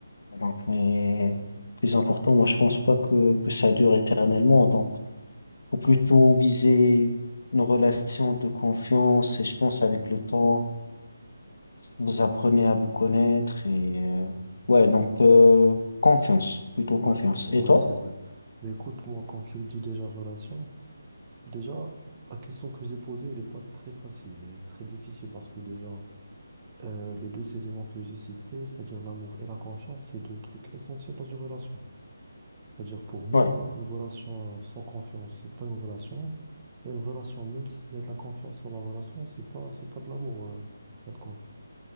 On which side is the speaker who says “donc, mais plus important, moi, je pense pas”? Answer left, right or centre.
Left